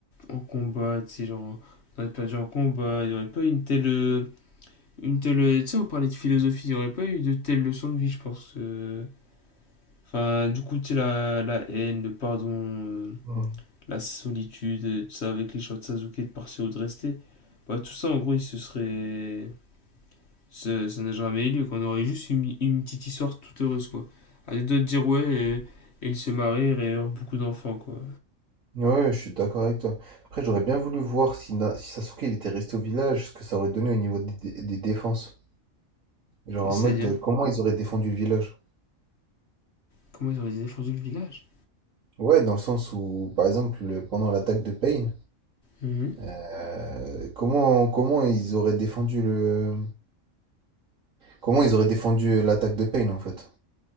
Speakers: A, on the left; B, on the right.
A: en combat, tu sais, genre. On aurait perdu en combat, il n'y aurait pas eu une telle. euh, Une telle. euh, Tu sais, on parlait de philosophie, il n'y aurait pas eu de telle leçon de vie, je pense. euh. Enfin, du coup, tu sais, la, la haine, le pardon. euh,
B: Hmm.
A: la solitude, et tout ça, avec les choix de Sasuke de partir ou de rester. Bah, tout ça, en gros, il se serait. Ça ça n'a jamais eu lieu, qu'on aurait juste une, une petite histoire toute heureuse, quoi. À deux doigts de dire ouais, et, et ils se marient et ont beaucoup d'enfants, quoi.
B: Ouais, je suis d'accord avec toi. Après, j'aurais bien voulu voir si, Na- si Sasuke il était resté au village, ce que ça aurait donné au niveau des, des- des défenses. Genre en
A: C'est-à-dire,
B: mode, euh, comment ils auraient défendu le village?
A: comment ils auraient défendu le village
B: Ouais, dans le sens où, par exemple, le- pendant l'attaque de Pain,
A: Mhm.
B: Euh, comment, comment ils auraient défendu le... Comment ils auraient défendu l'attaque de Payne en fait?